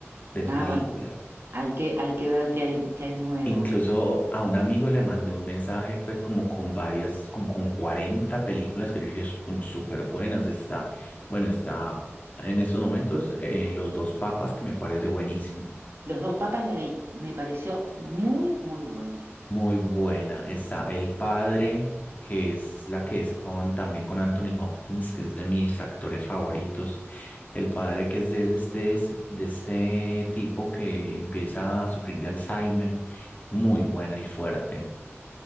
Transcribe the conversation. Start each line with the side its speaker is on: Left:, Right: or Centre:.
Left: de películas.
Right: Ah, bueno, hay que, hay que ver qué hay, qué hay nuevo.
Left: Incluso a un amigo le mandé un mensaje, pues como con varias, como con 40 películas que yo dije son súper buenas. Está, bueno, está en estos momentos eh, Los dos papas, que me parece buenísima,
Right: Los dos papas la vi, me pareció muy, muy buena.
Left: muy buena. Está El Padre, que es la que es con, también con Anthony Hopkins, que es de mis actores favoritos. El Padre, que es de, de este, de este tipo que empieza a sufrir de Alzheimer, muy buena y fuerte.